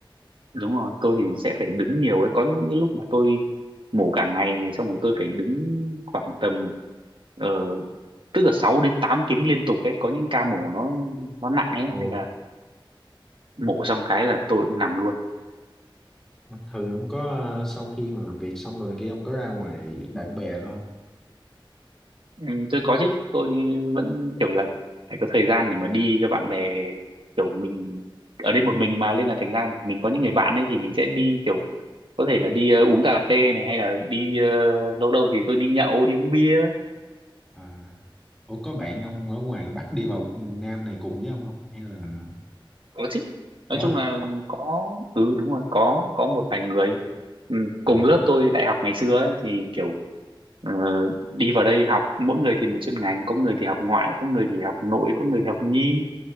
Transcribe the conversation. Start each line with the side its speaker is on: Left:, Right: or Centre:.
Right: đúng rồi tôi thì sẽ phải đứng nhiều ấy có những cái lúc mà tôi mổ cả ngày này xong rồi tôi phải đứng khoảng tầm ờ, tức là 6 đến 8 tiếng liên tục ấy có những ca mổ nó nó nặng ấy
Centre: ồ
Right: nên là mổ xong cái là tôi cũng nằm luôn
Centre: thường ông có ờ, sau khi mà làm việc xong rồi này kia ông có ra ngoài bạn bè rồi không
Right: ừ, tôi có chứ tôi vẫn kiểu là phải có thời gian để mà đi cho bạn bè kiểu mình ở đây một mình mà nên là thành ra mình có những người bạn ấy thì mình sẽ đi kiểu có thể là đi ờ, uống cà phê này hay là đi ờ, lâu lâu thì tôi đi nhậu đi uống bia
Centre: à ủa có bạn ông ở ngoài Bắc đi vào Nam này cùng với ông không hay là
Right: có chứ
Centre: có
Right: nói chung
Centre: à,
Right: là có ừ đúng rồi có có một vài người ừ,
Centre: à,
Right: cùng lớp tôi đại học ngày xưa ấy, thì kiểu ờ, đi vào đây học mỗi người thì một chuyên ngành có người thì học ngoại có người thì học nội có người thì học nhi